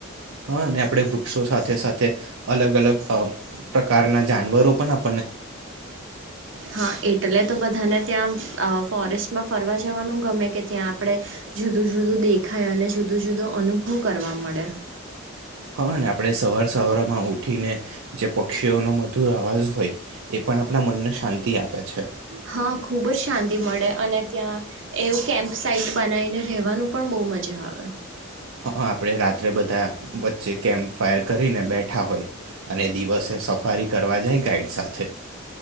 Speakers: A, on the right (about 80°); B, on the right (about 65°).
A: હહ ને આપણે વૃક્ષો સાથે સાથે અલગ અલગ અ પ્રકારના જાનવરો પણ આપ
B: હા એટલે તો બધાને ત્યાં અ ફોરેસ્ટમાં ફરવા જવાનું ગમે કે ત્યાં આપણે જુદું જુદું દેખાય અને જુદું જુદો અનુભવ કરવા મળે.
A: હઅ ને આપણે સવાર સવારમાં ઉઠીને જે પક્ષીઓનો મધુર અવાજ હોય એ પણ આપણા મનને શાંતિ આપે છે.
B: હહ ખુબ જ શાંતિ મળે અને ત્યાં એવું કેમ્પ સાઇટ બનાવીને રહેવાનું પણ બહુ મજા આવે.
A: હઅ આપણેે રાત્રે બધા વચ્ચે કેમ્પ ફાયર કરીને બેઠા હોય અને દિવસે સફારી કરવા જાય ગાઈડ સાથે